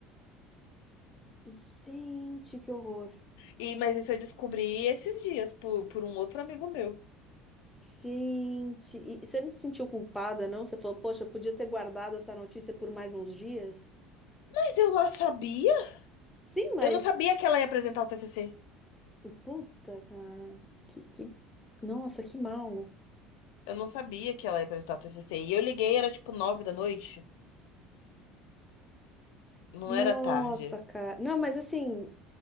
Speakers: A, in the centre; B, on the left (about 85°).
A: Gente, que horror.
B: E, mas isso eu descobri esses dias por, por um outro amigo meu.
A: Gente. E você não se sentiu culpada, não? Você falou, poxa, eu podia ter guardado essa notícia por mais uns dias?
B: Mas eu lá sabia?
A: Sim, mas.
B: Eu não sabia que ela ia apresentar o TCC.
A: Puta, cara. Que, que... Nossa, que mal.
B: Eu não sabia que ela ia apresentar o TCC. E eu liguei, era tipo nove da noite. Não
A: Nossa,
B: era tarde.
A: cara. Não, mas assim.